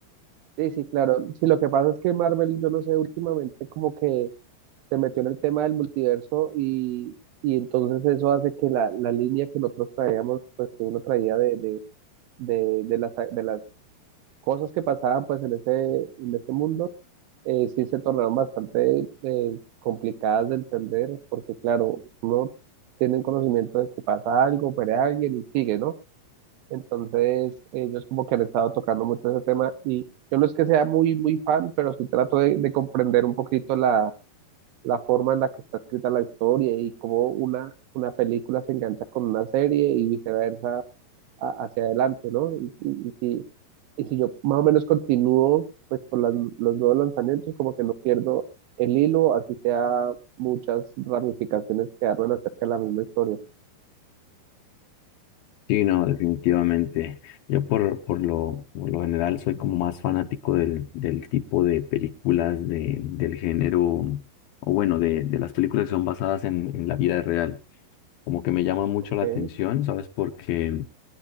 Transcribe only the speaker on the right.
Sí, sí, claro. Sí, lo que pasa es que Marvel, yo no sé, últimamente como que se metió en el tema del multiverso y, y entonces eso hace que la, la línea que nosotros traíamos, pues que uno traía de, de de, de las, de las cosas que pasaban pues en ese, en ese mundo, eh, sí se tornaron bastante eh, complicadas de entender, porque claro, uno tiene el conocimiento de que pasa algo, muere alguien y sigue, ¿no? Entonces, ellos como que han estado tocando mucho ese tema y yo no es que sea muy, muy fan, pero sí trato de, de comprender un poquito la, la forma en la que está escrita la historia y cómo una, una película se engancha con una serie y viceversa a- hacia adelante, ¿no? Y, y- y si, y si yo más o menos continúo, pues por las- los nuevos lanzamientos, como que no pierdo el hilo, así sea muchas ramificaciones que hablan acerca de la misma historia.
Ok.